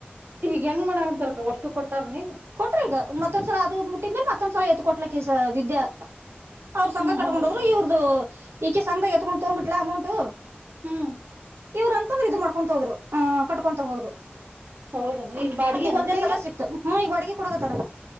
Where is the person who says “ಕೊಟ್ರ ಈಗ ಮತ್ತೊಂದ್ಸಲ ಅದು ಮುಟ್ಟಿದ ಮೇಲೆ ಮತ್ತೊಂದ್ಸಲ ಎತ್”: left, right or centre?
Right